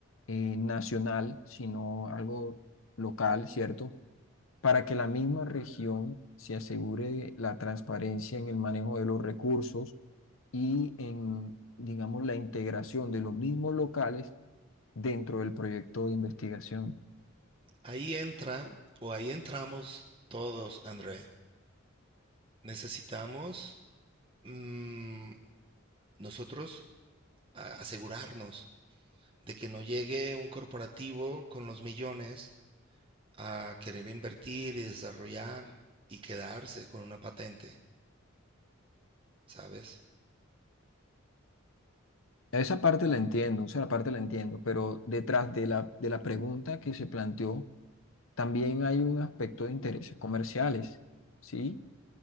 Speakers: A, on the left; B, on the right.
A: eh, nacional, sino algo local, ¿cierto? Para que la misma región se asegure la transparencia en el manejo de los recursos y en, digamos, la integración de los mismos locales dentro del proyecto de investigación.
B: Ahí entra o ahí entramos todos, André. Necesitamos mm, nosotros a- asegurarnos de que no llegue un corporativo con los millones a querer invertir y desarrollar y quedarse con una patente. ¿sabes?
A: Esa parte la entiendo, esa parte la entiendo, pero detrás de la, de la pregunta que se planteó, también hay un aspecto de intereses comerciales, ¿sí?